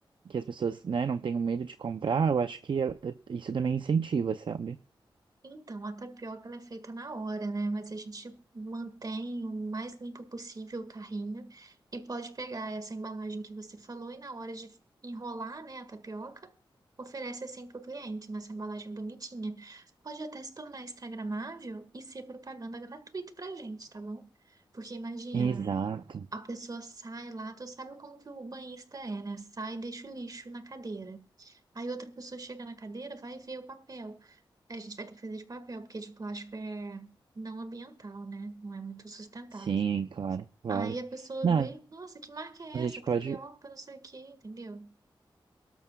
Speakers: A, on the right; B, on the right.
A: que as pessoas, né, não tenham medo de comprar, eu acho que eh, isso também incentiva, sabe?
B: Então, a tapioca ela é feita na hora, né? Mas a gente mantém o mais limpo possível o carrinho e pode pegar essa embalagem que você falou e na hora de enrolar, né, a tapioca, oferece assim para o cliente, nessa embalagem bonitinha. Pode até se tornar instagramável e ser propaganda gratuita pra gente, tá bom? Porque imagina,
A: Exato.
B: a pessoa sai lá, tu sabe como que o banhista é, né? Sai e deixa o lixo na cadeira. Aí outra pessoa chega na cadeira, vai ver o papel. A gente vai ter que fazer de papel, porque de plástico é não ambiental, né? Não é muito sustentável.
A: Sim, claro, claro.
B: Aí a pessoa
A: Não,
B: vê, nossa, que marca é
A: a gente
B: essa?
A: pode.
B: Tapioca, não sei o quê, entendeu?